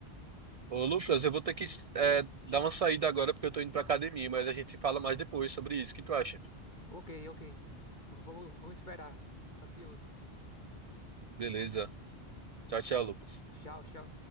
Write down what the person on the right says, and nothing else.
Ô, Lucas, eu vou ter que, é, dar uma saída agora porque eu tô indo pra academia, mas a gente fala mais depois sobre isso. O que tu acha?
Beleza. Tchau, tchau, Lucas.